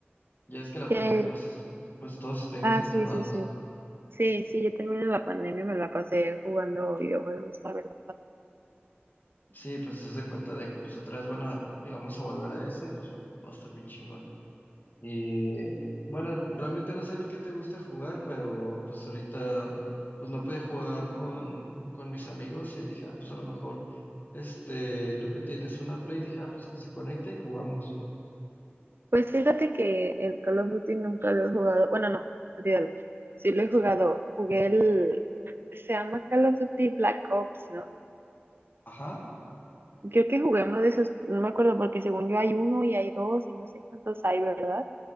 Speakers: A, on the left; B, on the right.
A: Ya es que la
B: Que-
A: pandemia, pues, es- pues todos estuvimos
B: Ah,
A: encerrados.
B: sí, sí, sí. Sí, sí, yo también en la pandemia me la pasé jugando videojuegos, la verdad.
A: Sí, pues se hace cuenta de que pues otra vez van a, digamos, a volver a eso y pues va a estar bien chingón. Y bueno, realmente no sé a ti qué te gusta jugar, pero pues ahorita pues no pude jugar con, con mis amigos y dije, ah, pues a lo mejor, este, tú que tienes una Play, dije, ah, pues que se conecte y jugamos.
B: Pues fíjate que el Call of Duty nunca lo he jugado. Bueno, no, olvídalo. Sí lo he jugado. Jugué el, se llama Call of Duty Black Ops, ¿no?
A: Ajá.
B: Creo que jugué uno de esos, no me acuerdo porque según yo hay uno y hay dos y no sé cuántos hay, ¿verdad?